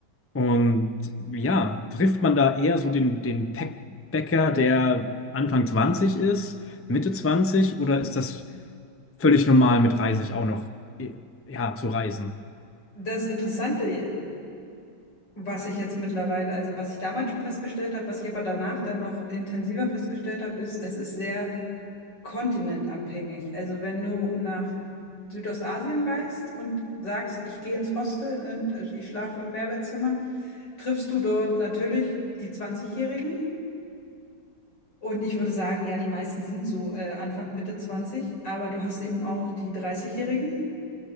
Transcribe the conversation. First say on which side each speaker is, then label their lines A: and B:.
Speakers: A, on the left; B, on the left.
A: Und ja, trifft man da eher so den, den Packbäcker, der Anfang 20 ist, Mitte 20, oder ist das völlig normal mit 30 auch noch, eh, ja, zu reisen?
B: Das Interessante Was ich jetzt mittlerweile, also was ich damals schon festgestellt habe, was ich aber danach dann noch intensiver festgestellt habe, ist, es ist sehr kontinentabhängig. Also wenn du nach Südostasien reist und sagst, ich gehe ins Hostel und ich schlafe im Mehrbettzimmer, triffst du dort natürlich die zwanzigjährigen. jährigen Und ich würde sagen, ja, die meisten sind so äh, Anfang, Mitte zwanzig. aber du hast eben auch die dreißigjährigen. jährigen